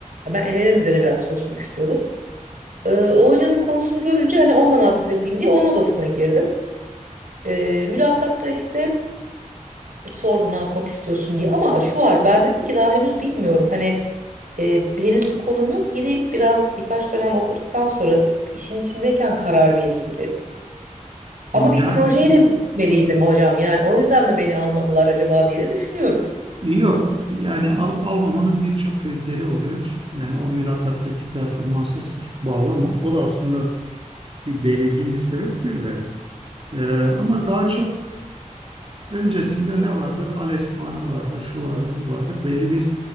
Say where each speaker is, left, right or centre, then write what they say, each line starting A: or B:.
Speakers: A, on the right; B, on the right.
A: ya ben LLM üzerine biraz çalışmak istiyordum. Ee, o hocanın konusunu görünce hani onunla master yapayım diye onun odasına girdim. Ee, mülakatta işte sordu ne yapmak istiyorsun diye ama şu var ben dedim ki daha henüz bilmiyorum. Hani e, henüz bir konum yok girip biraz birkaç dönem okuduktan sonra işin içindeyken karar vereyim dedim. Ama bir
B: Ya,
A: projeyle mi gitmeliydim hocam yani o yüzden mi beni almadılar acaba diye de düşünüyorum.
B: yok. Yani alıp almamanın birçok kriteri oluyor. Yani o mülakattaki performansa sırf bağlama. O da aslında bir belirgin bir sebeptir de. Ee, ama daha çok öncesinde ne vardır? Al puanı vardır, şu vardır, bu vardır. Belli bir